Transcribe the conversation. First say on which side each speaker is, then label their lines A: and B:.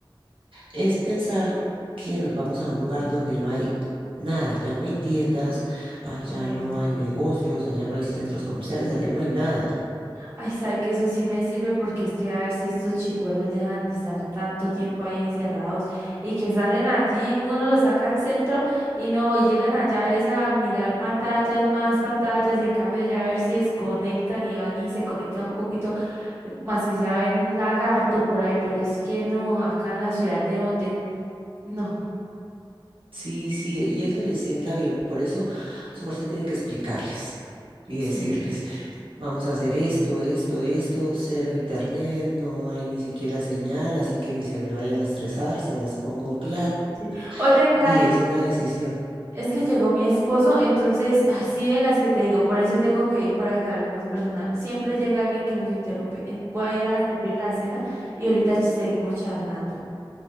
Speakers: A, on the right; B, on the right.
A: Es pensar que nos vamos a un lugar donde no hay nada, ya no hay tiendas, allá
B: Ay,
A: no hay
B: sí.
A: negocios, allá no hay centros comerciales, allá no hay nada.
B: Ay, sabe que eso sí me sirve porque es que a ver si estos chicuelos dejan de estar tanto tiempo ahí encerrados y que salen allí, uno los saca al centro y no y llegan allá es a mirar pantallas, más pantallas, en cambio allá a ver si desconectan y van y se conectan un poquito, más que sea ven un lagarto por ahí, pero es que no, acá en la ciudad de donde, no.
A: Sí, sí, y eso les sienta bien, por eso su merced tiene que explicarles y
B: Sí.
A: decirles. Vamos a hacer esto, esto, esto, cero internet, no hay ni siquiera señal, así que ni se me vayan a estresar, se las pongo claras
B: Sí. Oye, Cari,
A: y es una decisión.
B: Es que llegó mi esposo, entonces, ay, sí, de las que te digo, por eso tengo que ir para que hablemos personal. Siempre llega alguien que nos interrumpe. En- Voy a ir a servir la cena y ahorita seguimos charlando.